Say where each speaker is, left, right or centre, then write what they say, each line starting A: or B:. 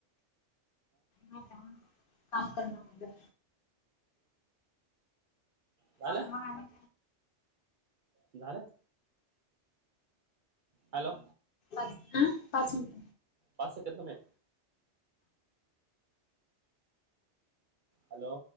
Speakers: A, on the left (about 60°); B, on the right (about 55°).
A: ह का काम कर ना माझ
B: झालं
A: अपमाय
B: झालं. हॅलो
A: अ पाच मिनट
B: पाच सेकंड थांबय. हॅलो